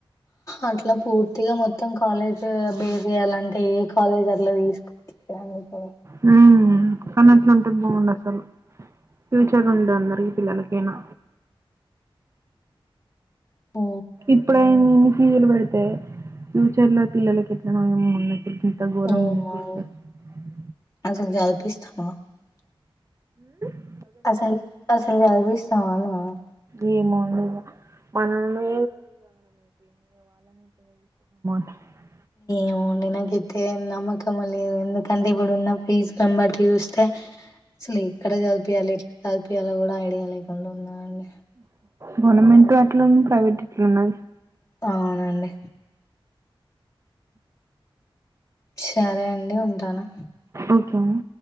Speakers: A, on the left; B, on the right.
A: అట్లా పూర్తిగా మొత్తం కాలేజ్ బేస్ చేయాలంటే ఏ కాలేజ్ అట్లా తీసుకోవట్లే అన్నీ కూడ
B: హ్మ్. కానీ అట్లుంటే బాగుండు అసలు ఫ్యూచర్ ఉండు అందరికి ఈ పిల్లలకేనా
A: ఓ
B: ఇప్పుడైమి ఫీజలు పెడతాయి ఫ్యూచర్ లో పిల్లలకి ఎట్లాన ఏమ ఉండచ్చ పెద్ద గోరం
A: ఏమో
B: <unintelligible>
A: అండి <unintelligible>
B: అ
A: అసలు అసలు <unintelligible>
B: ఏమోండి ఇగ మనమే <unintelligible>
A: ఏమో నాకైతే నమ్మకం లే ఎందుకంటే ఇప్పుడున్న ఫీజ్లం బట్టి చూస్తే అసలు ఎక్కడ చదుపియాలి ఎట్లా చదుపియాాలలో కూడా ఐడియా లేకుండా ఉన్నాండి
B: గవర్నమెంట్ అట్లున్న ప్రైవేట్ ఇట్లున్నది
A: అవునండి సరే అండి ఉంటాను
B: ఓకే అండి.